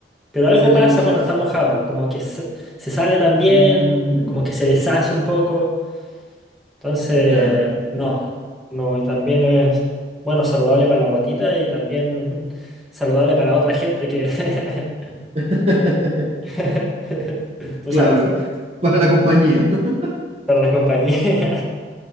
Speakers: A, in the centre; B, on the right.
A: Pero
B: sí
A: algo
B: se había
A: pasa
B: escuchado
A: cuando
B: eso.
A: está mojado, como que se, se sale también,
B: Mm,
A: como que se deshace un poco. Entonces,
B: ya.
A: no, no, y también es, bueno, saludable para la guatita y también <laughs> saludable para otra gente que... <laughs>
B: <laughs>
A: <laughs> Tú
B: Claro,
A: sabes,
B: <laughs> para la compañía. <laughs>
A: para la compañía.